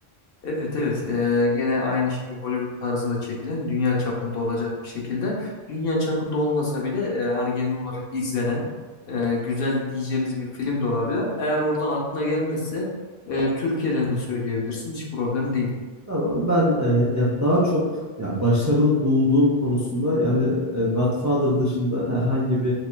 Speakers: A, on the left (about 70°); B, on the right (about 25°).
A: Evet evet Ee, gene aynı şekilde Hollywood tarzında çekilen dünya çapında olacak bir şekilde dünya çapında olmasa bile e, hani genel olarak izlenen e, güzel diyeceğimiz bir film de olabilir. Eğer oradan aklına gelmezse e, Türkiye'den de söyleyebilirsin hiç problem değil.
B: Tamam ben e, ya daha çok ya başarılı bulduğum konusunda yani e, Godfather dışında herhangi bir